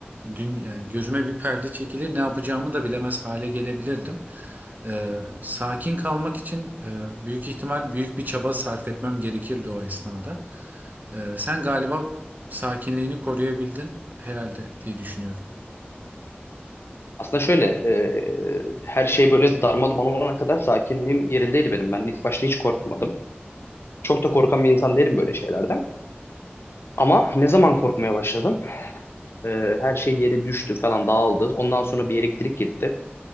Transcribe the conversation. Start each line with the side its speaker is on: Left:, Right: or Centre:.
Right: dün, yani gözüme bir perde çekilir ne yapacağımı da bilemez hale gelebilirdim. E, sakin kalmak için e, büyük ihtimal büyük bir çaba sarf etmem gerekirdi o esnada. E, sen galiba sakinliğini koruyabildin herhalde diye düşünüyorum.
Left: Aslında şöyle, e, her şey böyle darma duman olana kadar sakinliğim yerindeydi benim. Ben ilk başta hiç korkmadım. Çok da korkan bir insan değilim böyle şeylerden. Ama ne zaman korkmaya başladım? E, her şey yeri düştü falan dağıldı. Ondan sonra bir elektrik gitti.